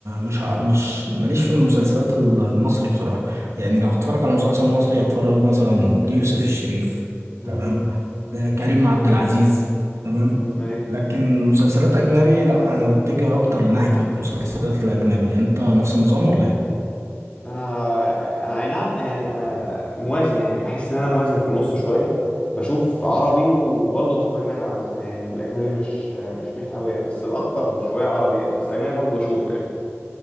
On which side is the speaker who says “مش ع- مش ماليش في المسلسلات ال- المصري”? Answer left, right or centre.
Right